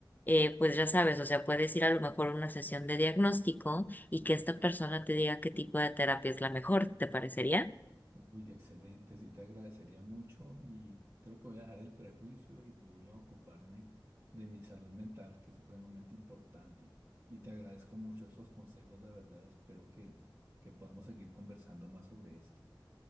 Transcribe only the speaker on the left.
eh, pues ya sabes, o sea, puedes ir a lo mejor a una sesión de diagnóstico y que esta persona te diga qué tipo de terapia es la mejor, ¿te parecería?